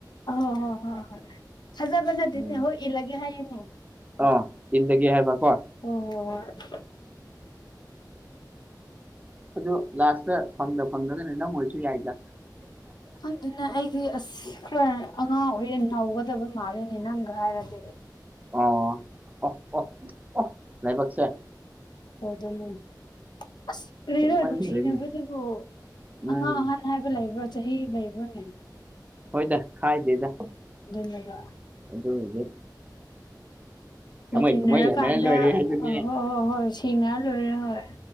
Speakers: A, on the left; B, on the right.
A: ꯑꯣ ꯍꯣ ꯍꯣ ꯍꯣꯏ ꯊꯥꯖꯕ ꯅꯠꯇꯦꯅꯦ
B: ꯎꯝ
A: ꯍꯣꯏ ꯏꯂꯒꯦ ꯍꯥꯏꯌꯨꯅꯦ
B: ꯑꯣ ꯏꯜꯂꯒꯦ ꯍꯥꯏꯕꯀꯣ
A: ꯍꯣꯏ ꯍꯣꯏ ꯍꯣꯏ
B: ꯑꯗꯨ ꯂꯥꯁꯇ ꯐꯪꯗ ꯐꯪꯗꯒꯅ ꯅꯪ ꯑꯣꯏꯔꯁꯨ ꯌꯥꯏꯗ
A: ꯑꯗꯨꯅ ꯑꯩꯗꯤ ꯑꯁ ꯈꯔ ꯑꯉꯥꯡ ꯑꯣꯏꯔꯦ ꯅꯧꯒꯗꯕ ꯃꯥꯜꯂꯤꯅꯦ ꯅꯪꯒ ꯍꯥꯏꯔꯗꯤ
B: ꯑꯣ ꯑꯣ ꯑꯣ ꯑꯣ ꯂꯥꯏꯕꯥꯛꯁꯦ
A: ꯐꯗꯣꯏꯅꯦ ꯑꯗꯨ ꯑꯁ ꯀꯔꯤꯔꯥ
B: ꯊꯦꯡꯃꯟꯈ꯭ꯔꯦꯅꯦ
A: ꯅꯨꯡꯁꯤꯅꯕꯗꯨꯕꯨ
B: ꯎꯝ
A: ꯑꯉꯥꯡ ꯑꯍꯥꯟ ꯍꯥꯏꯕ ꯂꯩꯥꯏꯕ꯭ꯔꯣ ꯆꯥꯍꯤ ꯂꯩꯕ꯭ꯔꯅꯦ
B: ꯍꯣꯏꯗ ꯈꯥꯏꯗꯦꯗ
A: ꯑꯗꯨꯅꯦꯕ
B: ꯑꯗꯨꯕꯨꯗꯤ ꯊꯃꯣꯏ
A: ꯂꯩꯃꯤꯟꯅꯔꯀꯥꯟꯗ
B: ꯊꯃꯣꯏ ꯌꯥꯅꯔ ꯂꯣꯏꯔꯦ ꯍꯥꯏꯗꯨꯅꯤꯅꯦ
A: ꯍꯣꯏ ꯑꯣ ꯍꯣ ꯍꯣꯏ ꯁꯤꯅꯥ ꯂꯣꯏꯔꯦ ꯍꯣꯏ